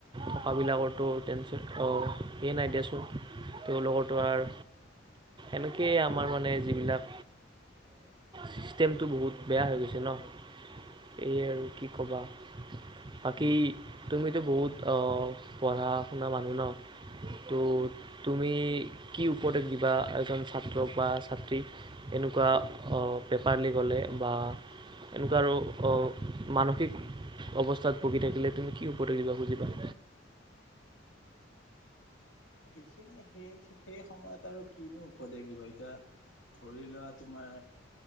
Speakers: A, on the right; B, on the left.
A: টকাবিলাকৰতো টেনচন অ', স নাই দিয়াচোন তেওঁলোকৰটোো আৰু এনেকয় আমাৰ মানে যিবিলাক ছিষ্টেমটো বহুত বেয়া হৈ গৈছে। ন' এই আৰু কি ক'বা বাকী তুমিতো বহুত অ', পঢ়া শুনা মানুহ ন' ত' তুমি কি উপদেশ দিবা এজন ছাত্ৰক বা ছাত্ৰীক এনেকুৱা অ', পেপাৰ লিক হ'লে বা এনেকুৱা আৰু মানসিক অৱস্থাত ভুগি থাকিলে তুমি কি উপদেশ খুজিবা?
B: সেইখিনি সেই সেই সময়ত আৰু কিনো উপদেশ দিবা, এতিয়া ধৰি লোৱা তোমাৰ